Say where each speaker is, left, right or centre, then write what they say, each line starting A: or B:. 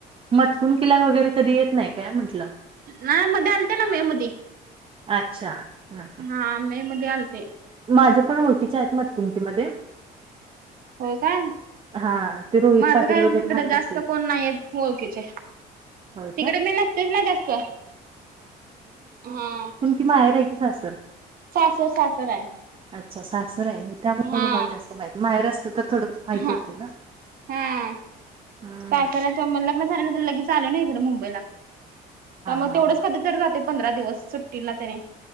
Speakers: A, on the right; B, on the right.
A: मटकून किला वगैरे कधी येत नाही काय म्हटलं?
B: नाही मध्ये आलते ना मे मध्ये.
A: अच्छा हा,
B: हा, मे मध्ये आलेथे.
A: माझ्या पण ओळखीचे आहेत मध्ये <unintelligible> तुमती मध्ये.
B: होय काय
A: हा ते रोहित
B: माझं
A: पाटील
B: काय
A: वगैरे
B: इकड
A: माहित
B: जास्त
A: असेल
B: कोण नाहीय ओळखीचे.
A: होय
B: तिकडे
A: काय
B: मी नसतेच ना जास्त हा,
A: कि, माहेर आहे की, सासर.
B: सासर सासर आहे
A: अच्छा सासर आहे त्यामुळे
B: हा
A: तुम्हाला जास्त माहिती माहेर असत तर थोडं. माहिती
B: हा
A: होता ना.
B: हा,
A: हा
B: पाखराचा मग लग्न झालं तर लगेच आलो ना इकडे मुंबईला. त्यामुळेग
A: हा
B: तेवढंच
A: हा हा
B: कधी तरी जाते पंधरा दिवस सुट्टी ना त्याने.